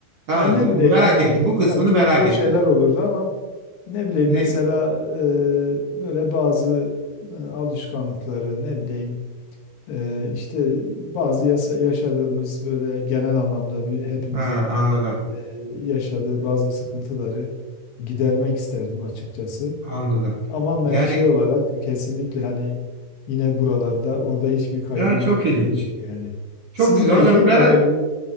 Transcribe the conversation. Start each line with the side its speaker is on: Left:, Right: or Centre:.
Right: Tamam.
Left: Yani ne bileyim
Right: Merak
Left: hani
Right: ettim. Bu kısmını
Left: tabii çok
Right: merak
Left: zor
Right: ettim.
Left: şeyler olurdu ama ne bileyim
Right: Ne?
Left: mesela e, böyle bazı e, alışkanlıkları ne bileyim e, işte bazı yasa- yaşadığımız böyle genel anlamda bir hepimizin
Right: Ha, anladım.
Left: e, yaşadığı bazı sıkıntıları gidermek isterdim açıkçası.
Right: Anladım.
Left: Ama me-
Right: Yani
Left: şey olarak kesinlikle hani yine buralarda orada hiçbir kaygım
Right: ha, çok
Left: yok,
Right: ilginç.
Left: şeyim yok yani.
Right: Çok
Left: Sizi
Right: güzel
Left: peki
Right: hocam.
Left: yani
Right: Merak